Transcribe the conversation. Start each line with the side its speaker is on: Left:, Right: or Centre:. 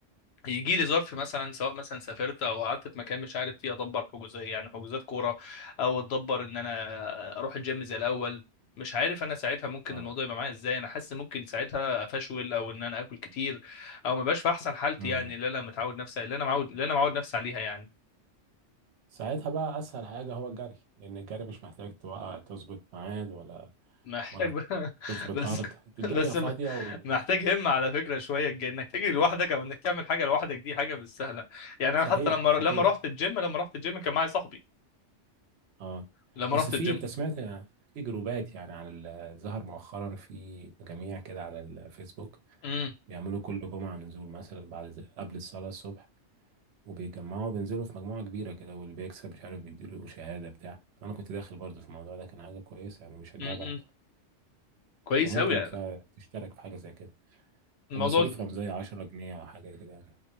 Left: يجي لي ظرف مثلا سواء مثلا سافرت او قعدت في مكان مش عارف فيه ادبر حجوزات يعني حجوزات كوره او اتدبر ان انا اروح الجيم زي الاول مش عارف انا ساعتها ممكن
Right: اه
Left: الموضوع يبقى معايا ازاي انا حاسس ممكن ساعتها افشول او ان انا اكل كتير او ما بقاش في احسن حالتي
Right: امم
Left: يعني اللي انا متعود نفسي اللي انا معود اللي انا معود نفسي عليها يعني
Right: ساعتها بقى اسهل حاجه هو الجري لان الجري مش محتاج توقع تظبط ميعاد ولا
Left: محتاج
Right: ولا
Left: بقى
Right: تظبط
Left: <laughs> بس
Right: ارض الدنيا
Left: بس
Right: فاضيه
Left: م-
Right: و...
Left: محتاج همة على فكرة شوية الج- انك تجري لوحدك او انك تعمل حاجة لوحدك دي حاجة مش سهلة يعني
Right: صحيح
Left: انا حتى لما لما
Right: صحيح
Left: رحت الجيم لما رحت الجيم كان معايا صاحبي
Right: اه
Left: لما
Right: بس
Left: رحت
Right: في
Left: الجيم
Right: انت سمعت في جروبات يعني على ال- ظهر مؤخرا في مجاميع كده على الفيسبوك
Left: امم
Right: بيعملوا كل جمعه نزول مثلا بعد ز- قبل الصلاه الصبح وبيتجمعوا بينزلوا في مجموعه كبيره كده واللي بيكسب مش عارف بيديله شهاده بتاع انا كنت داخل برضه في الموضوع ده كان حاجه كويسه يعني بيشجعوا
Left: امم
Right: بعض
Left: كويس
Right: فممكن
Left: قوي يعني
Right: ت- تشترك في حاجة زي كده
Left: الموضوع
Right: ومصاريف رمزية 10 جنيه أو حاجة كده يعني